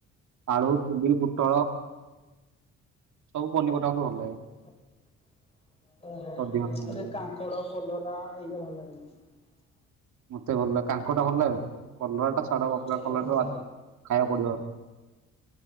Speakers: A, on the right; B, on the left.
A: ଆଳୁ କୋବି ପୋଟଳ ସବୁ ପନିପରିବା
B: <inaudible>
A: ମତେ ଭଲ ଲାଗେ
B: କାଙ୍କଡ କଲରା
A: ଅଧିକାଂଶ
B: ଏଇଟା
A: ପନିପରିବା।
B: ଭଲ ଲାଗେନି।
A: ମତେ ଭଲ ଲାଗେ କାଙ୍କଡଟା ଭଲ ଲାଗେନି କଲରା ଟା ଛାଡ
B: <inaudible> <inaudible>
A: ବାପା କଲରା ଟା ଖାଇବାକୁ ପଡିବ